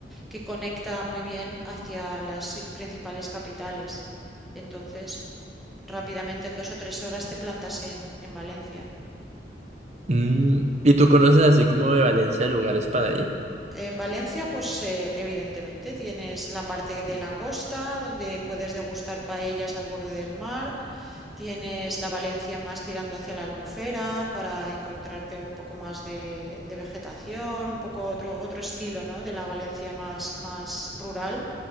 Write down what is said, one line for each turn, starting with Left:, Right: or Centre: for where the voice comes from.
Centre: que conecta muy bien hacia las i- principales capitales. Entonces, rápidamente en dos o tres horas te plantas en, en Valencia.
Right: Mm, ¿Y tú conoces así como de Valencia lugares para ir?
Centre: En Valencia, pues eh, evidentemente tienes la parte de la costa donde puedes degustar paellas al borde del mar. Tienes la Valencia más tirando hacia la Albufera para encontrarte un poco más de, de vegetación, un poco otro, otro estilo, ¿no? de la Valencia más, más rural.